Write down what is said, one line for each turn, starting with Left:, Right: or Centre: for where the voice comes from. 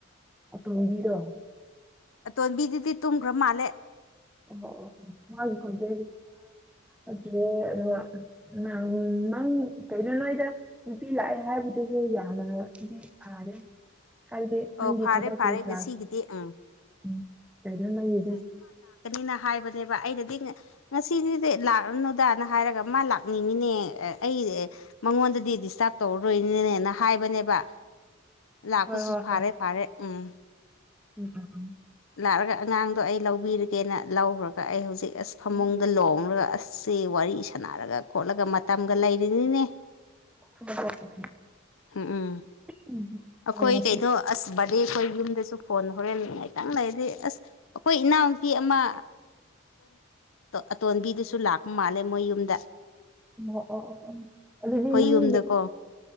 Centre: ꯑꯇꯣꯝꯕꯤꯗꯣ
Left: ꯑꯇꯣꯟꯕꯤꯗꯨꯗꯤ ꯇꯨꯝꯈ꯭ꯔ ꯃꯥꯜꯂꯦ
Centre: ꯑꯣ ꯃꯥꯒꯤ ꯄꯨꯖꯦ ꯑꯗꯨꯦ ꯑꯗꯨꯒ ꯅꯪ ꯅꯪ ꯀꯩꯅꯣ ꯅꯣꯣꯏꯗ ꯅꯨꯄꯤ ꯂꯥꯛꯑꯦ ꯍꯥꯏꯕꯗꯨꯁꯨ ꯌꯥꯅꯗꯤ ꯐꯔꯦ ꯍꯥꯏꯗꯦ ꯅꯪꯒ
Left: ꯑꯣ ꯐꯥꯔꯦ
Centre: ꯊꯕꯗ꯭ꯔꯥ
Left: ꯐꯥꯔꯦ ꯉꯁꯤꯒꯤꯗꯤ ꯎꯝ
Centre: ꯎꯝ ꯀꯗꯅ ꯌꯦ
Left: ꯅ ꯍꯥꯏꯕꯅꯦꯕ ꯑꯩꯅꯗꯤ ꯉꯁꯤꯗꯤꯗꯤ ꯂꯥꯛꯂꯅꯨꯗꯅ ꯍꯥꯏꯔꯒ ꯑꯃ ꯂꯥꯛꯅꯤꯡꯉꯤꯅꯦ ꯑꯩ ꯃꯉꯣꯟꯗꯗꯤ ꯗꯤꯁꯇꯥꯔꯕ ꯇꯧꯔꯔꯣꯏꯅꯤꯅꯦꯅ ꯍꯥꯏꯕꯅꯦꯕ
Centre: <inaudible>
Left: ꯂꯥꯛꯄꯁꯨ
Centre: ꯍꯣꯏ ꯍꯣꯏ
Left: ꯐꯔꯦ
Centre: ꯍꯣꯏ
Left: ꯐꯥꯔꯦ ꯎꯝ
Centre: ꯎꯝ ꯎꯝ ꯎꯝ
Left: ꯂꯥꯛꯑꯒ ꯑꯉꯥꯡꯗꯣ ꯑꯩ ꯂꯧꯕꯤꯔꯒꯦꯅ ꯂꯧꯔꯒ ꯑꯩ ꯍꯧꯖꯤꯛ ꯑꯁ ꯐꯃꯨꯡꯗ
Centre: ꯎꯝ
Left: ꯂꯣꯡꯂꯒ ꯑꯁ ꯁꯦ ꯋꯥꯔꯤ ꯁꯥꯟꯅꯔꯒ ꯈꯣꯠꯂꯒ ꯃꯇꯝꯒ ꯂꯩꯔꯤꯅꯤꯅꯦ
Centre: ꯊꯕꯛ ꯇꯧꯕꯒꯤ
Left: ꯎꯝ ꯎꯝ
Centre: ꯎꯝ
Left: ꯑꯈꯣꯏ
Centre: ꯑ ꯁꯨꯝ
Left: ꯀꯩꯗꯣ ꯑꯁ ꯑꯗꯩ ꯑꯩꯈꯣꯏ ꯌꯨꯝꯗꯁꯨ ꯐꯣꯟ ꯍꯣꯔꯦꯟꯅꯤꯡꯉꯥꯏ ꯈꯤꯇꯪ ꯂꯩꯗꯤ ꯑꯁ ꯑꯩꯈꯣꯏ ꯏꯅꯥꯎꯅꯨꯄꯤ ꯑꯃ ꯑꯇꯣꯟꯕꯤꯗꯨꯁꯨ ꯂꯥꯛ ꯂꯥꯛ ꯃꯥꯜꯂꯦ ꯃꯌꯨꯝꯗ꯫
Centre: ꯎꯝ ꯑꯣ ꯑꯣ ꯑꯣ ꯎꯝ ꯑꯗꯨꯗꯤ ꯅꯪ
Left: ꯌꯨꯝꯗꯀꯣ